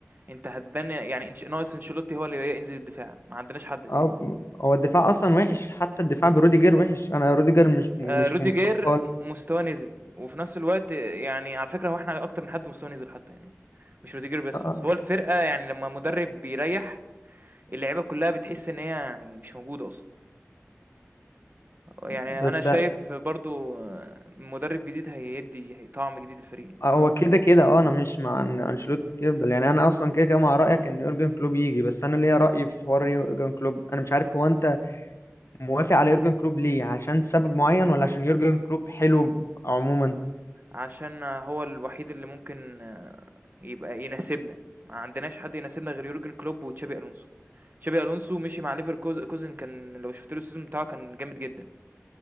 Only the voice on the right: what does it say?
أنت هتبني يعني انش... ناقص انشيلوتي هو اللي ينزل الدفاع ما عندناش حد تاني
آه روديجير
مستواه نزل وفي نفس الوقت يعني على فكرة هو احنا أكتر من حد مستواه نزل حتى يعني مش روديجير بس
بس
هو الفرقة يعني لما مدرب بيريح اللعيبة كلها بتحس إن هي يعني مش موجودة أصلا يعني
أنا شايف برضو آه، مدرب جديد هيدي هي- طعم جديد للفريق
عشان هو الوحيد اللي ممكن آه، يبقى يناسبنا، ما عندناش حد يناسبنا غير يورجن كلوب وتشابي ألونسو. تشابي ألونسو مشي مع ليفركوز كوزن كان لو شُفت له السيزون بتاعه كان جامد جدًا.